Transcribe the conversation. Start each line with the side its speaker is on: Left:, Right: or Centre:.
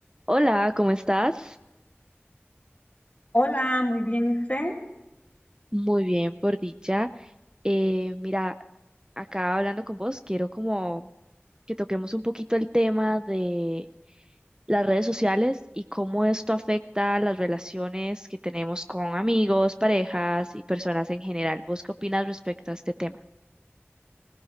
Right: Hola, ¿cómo estás?
Left: Hola, muy bien, ¿y usted?
Right: Muy bien, por dicha. Eh, mira, acá hablando con vos, quiero como que toquemos un poquito el tema de las redes sociales y cómo esto afecta las relaciones que tenemos con amigos, parejas y personas en general. ¿Vos qué opinas respecto a este tema?